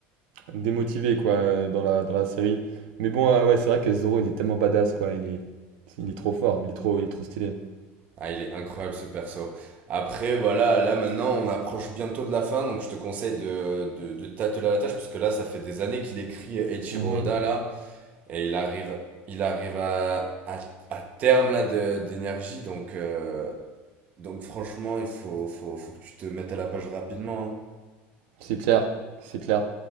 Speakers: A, on the right; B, on the right.
A: démotivé quoi euh, dans la, dans la série. Mais bon, euh, ouais, c'est vrai que Zoro il est tellement badass quoi, il est, il est trop fort, il est trop, il est trop stylé.
B: Ah, il est incroyable ce perso. Après, voilà, là maintenant on approche bientôt de la fin, donc je te conseille de, de, de t'atteler à la tâche, parce que là ça fait des années qu'il écrit Eiichiro
A: Mhm.
B: Oda, là, et il arrive, il arrive à, à, à terme là de- d'énergie, donc, euh, donc franchement il faut, faut, faut que tu te mettes à la page rapidement.
A: C'est clair, c'est clair.